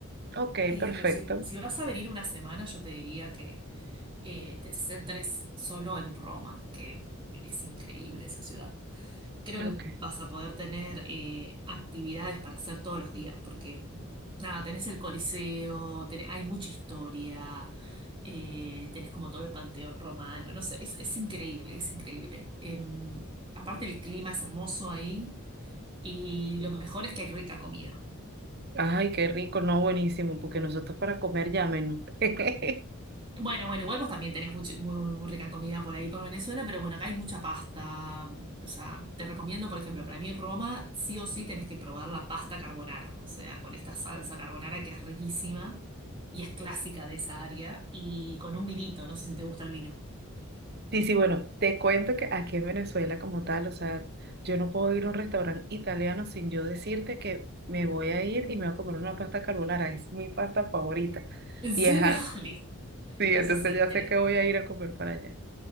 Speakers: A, on the right; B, on the right.
A: Ok,
B: Y,
A: perfecto.
B: pero si, si vas a venir una semana, yo te diría que eh, te centres solo en Roma, que es increíble esa ciudad. Creo
A: Ok.
B: que vas a poder tener eh, actividades para hacer todos los días, porque nada, tenés el Coliseo, tenés- hay mucha historia, eh, tenés como todo el panteón romano, no sé, es, es increíble, es increíble. Em, aparte el clima es hermoso ahí. Y lo mejor es que hay rica comida.
A: Ay, qué rico, no, buenísimo, porque nosotros para comer ya menos. <laughs>
B: Bueno, bueno, igual vos también tenés mucho- muy, muy rica comida por ahí, por Venezuela, pero bueno, acá hay mucha pasta. O sea, te recomiendo, por ejemplo, para mí Roma, sí o sí tenés que probar la pasta carbonara, o sea, con esta salsa carbonara que es riquísima y es clásica de esa área, y con un vinito, no sé si te gusta el vino.
A: Sí, sí, bueno, te cuento que aquí en Venezuela como tal, o sea, yo no puedo ir a un restaurante italiano sin yo decirte que me voy a ir y me voy a comer una pasta carbonara, es mi pasta favorita.
B: ¿En
A: Y
B: serio?
A: ajá,
B: <laughs> Listo.
A: sí,
B: Entonces
A: entonces
B: sí,
A: ya
B: tenés
A: sé que voy a ir a comer para allá.